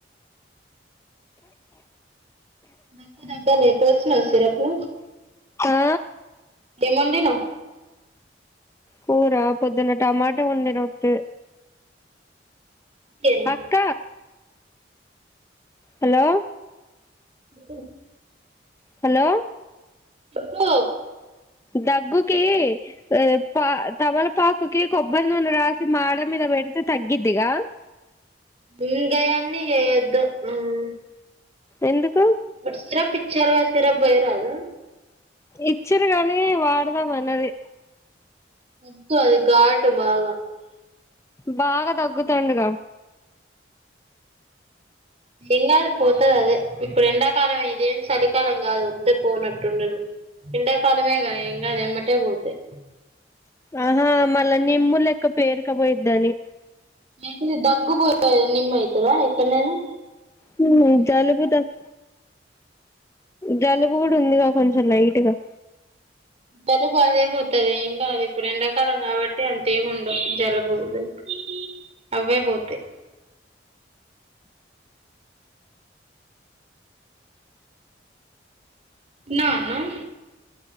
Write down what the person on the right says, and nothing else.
దగ్గు దగ్గాలే పోస్నావా సిరుపు
ఏమొండినావ్
చికెన్
అప్పు
చెప్పు
ఇంగయన్ని చేయొద్దు మ్మ్
సరా ప చరో సిరప్ బొయ్యరాదు
వొద్దు అది గాటు బాగా
ఎంగాదు పోతాదదే ఇప్పుడు ఎండాకాలమే ఇదేం చలికాలం కాదు ఒత్తే పోనట్టుండును ఎండాకాలమే గా ఎంగాదు ఎమ్మటే పోతయ్
ఏకంగా దగ్గు బు నిమ్మై దా ఎక్కడైనా
జలుబు అదే పోతదే ఏం కాదు ఇప్పుడెండ కాలం కాబట్టి అంతేము ఉండవు జలుబు జలుబ అవే పోతాయి తిన్నావా అన్నం